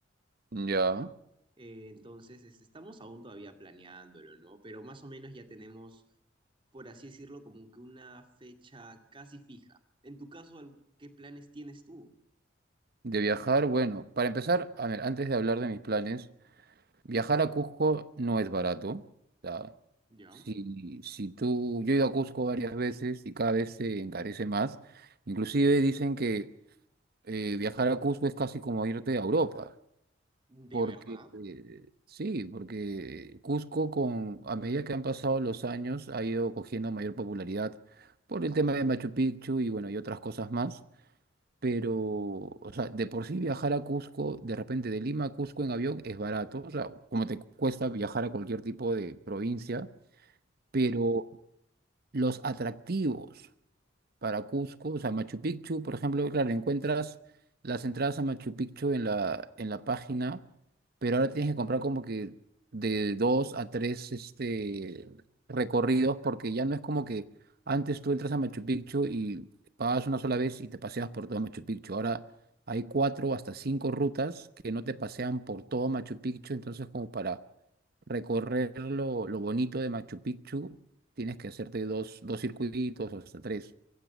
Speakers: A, on the right; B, on the right.
A: Ya.
B: Eh, entonces, este, estamos aún todavía planeándolo, ¿no? Pero más o menos ya tenemos, por así decirlo, como que una fecha casi fija. En tu caso, ¿al- ¿qué planes tienes tú?
A: De viajar, bueno, para empezar, a ver, antes de hablar de mis planes, viajar a Cusco no es barato. O sea,
B: ¿Ya?
A: si, si tú, yo he ido a Cusco varias veces y cada vez se encarece más. Inclusive dicen que eh, viajar a Cusco es casi como irte a Europa.
B: ¿De
A: Porque,
B: verdad?
A: eh, sí, porque Cusco con, a medida que han pasado los años ha ido cogiendo mayor popularidad por el tema de Machu Picchu y bueno, y otras cosas más. Pero, o sea, de por sí viajar a Cusco, de repente de Lima a Cusco en avión es barato, o sea, como te cuesta viajar a cualquier tipo de provincia, pero los atractivos para Cusco, o sea, Machu Picchu, por ejemplo, claro, encuentras las entradas a Machu Picchu en la, en la página, pero ahora tienes que comprar como que de dos a tres este, recorridos, porque ya no es como que antes tú entras a Machu Picchu y pagas una sola vez y te paseas por todo Machu Picchu. Ahora hay cuatro hasta cinco rutas que no te pasean por todo Machu Picchu, entonces como para recorrer lo, lo bonito de Machu Picchu, tienes que hacerte dos, dos circuitos o hasta tres.